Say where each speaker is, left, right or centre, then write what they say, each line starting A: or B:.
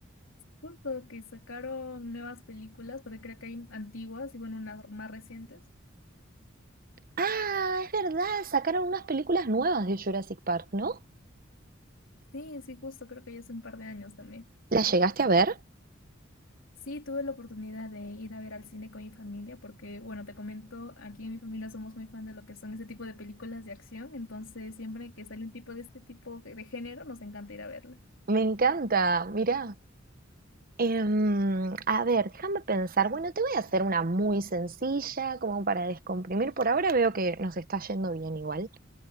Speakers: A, on the left; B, on the right.
A: Justo que sacaron nuevas películas, porque creo que hay antiguas y bueno, unas más recientes.
B: Ah, es verdad, sacaron unas películas nuevas de Jurassic Park, ¿no?
A: Sí, sí, justo, creo que ya hace un par de años también.
B: ¿La llegaste a ver?
A: Sí, tuve la oportunidad de ir a ver al cine con mi familia porque, bueno, te comento, aquí en mi familia somos muy fan de lo que son ese tipo de películas de acción, entonces siempre que sale un tipo de este tipo de de género, nos encanta ir a verla.
B: Me encanta, mirá. Em, a ver, déjame pensar. Bueno, te voy a hacer una muy sencilla, como para descomprimir. Por ahora veo que nos está yendo bien igual.